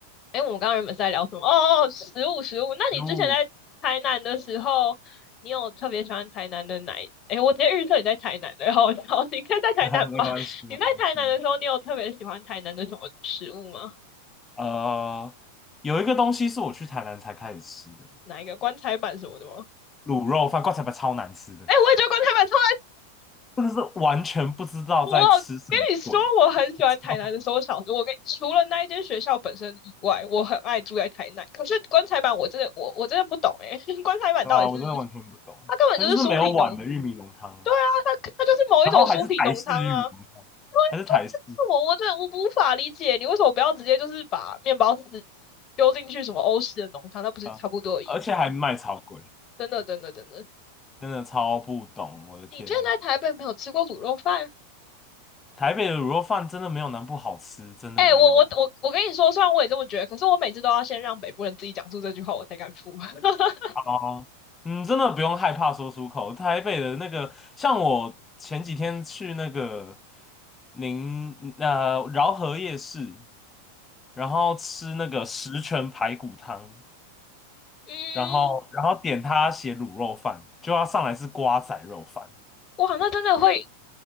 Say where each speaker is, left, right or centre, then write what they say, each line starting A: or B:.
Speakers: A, on the left; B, on the left.
A: 哎，我们刚刚原本是在聊什么？哦哦，食物食物。那你之前在台南的时候，
B: 哦
A: 你有特别喜欢台南的哪一？哎，我直接预测你在台南的，好，好，你应该在台南吧？
B: <laughs> 没关系，
A: <laughs>
B: 没关系。
A: 你在台南的时候，你有特别喜欢台南的什么食物吗？
B: 呃，有一个东西是我去台南才开始吃的，
A: 哪一个棺材板什么的吗？
B: 卤肉饭，棺材板超难吃的，
A: 哎，我也觉得棺材板超
B: 真的是完全不知道在吃什么鬼，
A: 我跟你说，我很喜欢台南的收小子。
B: <laughs>
A: 我跟除了那一间学校本身以外，我很爱住在台南。可是棺材板，我真的我我真的不懂诶、欸 <laughs> 棺材板到底是
B: 对吧？我真的完全不懂，
A: 它根本就是酥皮浓，
B: 它就是没有碗的玉米浓汤，
A: 对啊，它它就是某一种酥皮浓汤啊。
B: 然后还是台式玉米浓汤，
A: 对
B: 还是台式
A: 对，我我真的无无法理解，你为什么不要直接就是把面包纸丢进去什么欧式的浓汤，那不是差不多的意思吗？
B: 啊，而且还卖超贵，
A: 真的真的真的，
B: 真的超不懂，我的天，
A: 你之前在台北没有吃过卤肉饭？
B: 台北的卤肉饭真的没有南部好吃，真的没有。
A: 哎、欸我我我我跟你说，虽然我也这么觉得，可是我每次都要先让北部人自己讲出这句话，我才敢付。<laughs>
B: 哦，嗯，真的不用害怕说出口。台北的那个，像我前几天去那个宁呃饶河夜市，然后吃那个十全排骨汤，
A: 嗯，
B: 然后然后点他写卤肉饭，就要上来是瓜仔肉饭，
A: 哇，那真的会，